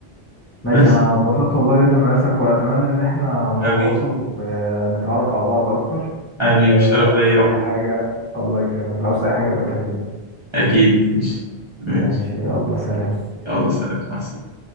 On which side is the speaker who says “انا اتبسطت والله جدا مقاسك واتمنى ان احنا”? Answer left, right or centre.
Left